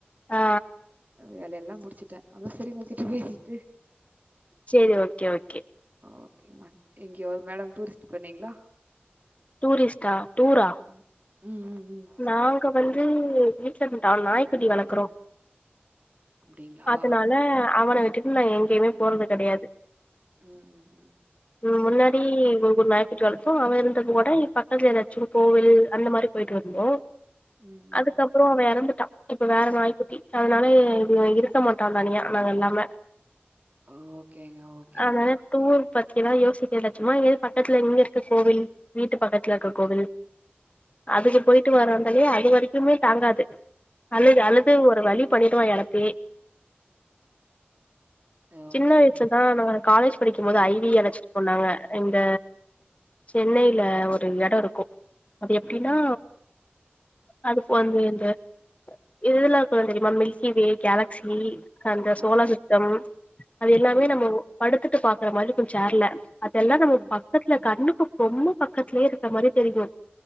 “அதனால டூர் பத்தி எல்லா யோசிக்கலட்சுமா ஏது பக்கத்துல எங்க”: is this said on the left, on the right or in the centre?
Left